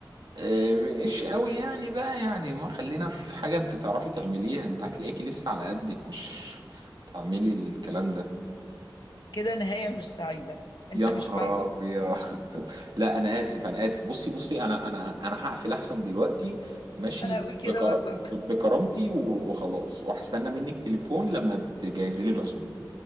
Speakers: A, on the right; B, on the left.
A: إيه مش قوي يعني بقى يعني ما خلينا في حاجة انت تعرفي تعمليها انت هتلاقيكي لسه على قدك مش تعملي الكلام ده
B: كده نهايه مش سعيده انت
A: يا
B: مش
A: نهار
B: معزوم
A: ابيض <laughs> لا انا اسف انا اسف بصي بصي انا انا انا هقفل احسن دلوقتي ماشي
B: انا اقول كده
A: بكر...
B: برضه
A: ب- بكرامتي و- وخلاص وهستنى منك تليفون لما تجهزي لي العزومه